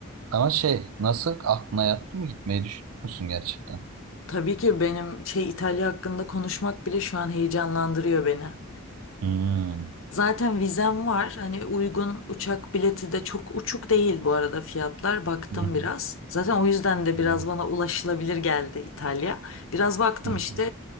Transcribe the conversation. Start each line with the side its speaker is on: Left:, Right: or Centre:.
Right: ama şey nasıl aklına yattı mı gitmeyi düşünür müsün gerçekten?
Left: Tabii ki benim şey İtalya hakkında konuşmak bile şu an heyecanlandırıyor beni.
Right: Hmm.
Left: Zaten vizem var. Hani uygun uçak bileti de çok uçuk değil bu arada fiyatlar. Baktım
Right: Hı hı.
Left: biraz. Zaten o yüzden de
Right: Hı
Left: biraz bana ulaşılabilir geldi İtalya. Biraz baktım
Right: hı.
Left: işte